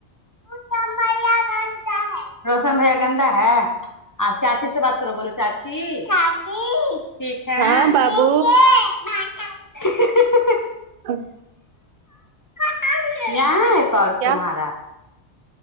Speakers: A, on the left; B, on the right.
A: <unintelligible> <unintelligible> <unintelligible>
B: हँ बाबू
A: <unintelligible>
B: हां।
A: <unintelligible>
B: क्या